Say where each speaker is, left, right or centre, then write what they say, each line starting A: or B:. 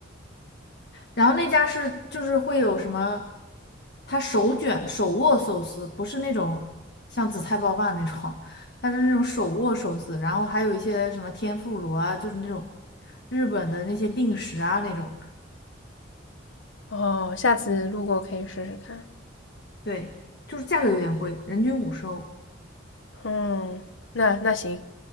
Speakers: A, on the left; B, on the left.
A: 然后那家是就是会有什么，它手卷手握寿司，不是那种像紫菜包饭那种，它是那种手握寿司，然后还有一些什么天妇罗啊，就是那种日本的那些定食啊那种，
B: 哦，下次路过可以试试看。
A: 对，就是价格有点贵，人均五十欧，
B: 嗯，那那行，